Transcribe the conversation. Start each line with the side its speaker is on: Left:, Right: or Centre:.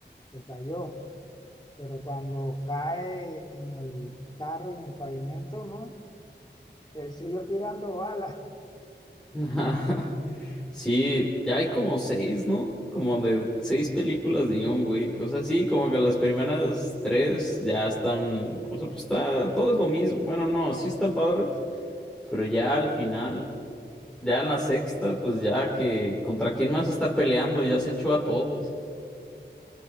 Left: se cayó. Pero cuando cae en el carro y en el pavimento, ¿no? Él siguió tirando balas. <laughs>
Centre: <laughs> Sí, ya hay como seis, ¿no? Como de seis películas de John Wick. O sea, sí, como que las primeras tres ya están. O sea, pues está. Todo es lo mismo. Bueno, no, sí están padres. Pero ya al final. Ya en la sexta, pues ya que contra quién más está peleando, ya se echó a todos.